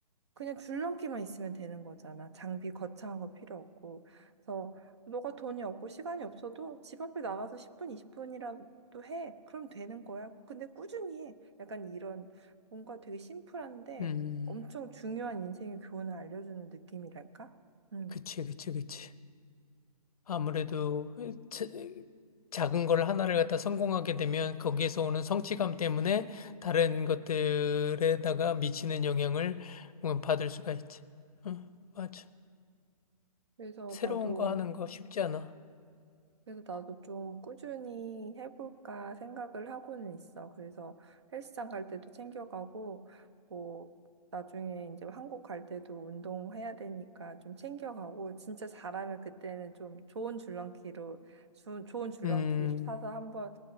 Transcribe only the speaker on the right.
그냥 줄넘기만 있으면 되는 거잖아. 장비 거창한 거 필요 없고. 그래서 너가 돈이 없고 시간이 없어도 집 앞에 나가서 10분, 20분이라도 해. 그럼 되는 거야. 근데 꾸준히 해. 약간 이런 뭔가 되게 심플한데
엄청 중요한 인생의 교훈을 알려주는 느낌이랄까? 음.
그래서
나도
그래서 나도 좀 꾸준히 해볼까 생각을 하고는 있어. 그래서 헬스장 갈 때도 챙겨가고, 뭐, 나중에 이제 한국 갈 때도 운동해야 되니까 좀 챙겨가고, 진짜 잘하면 그때는 좀 좋은 줄넘기로, 주- 좋은 줄넘기를
사서 한번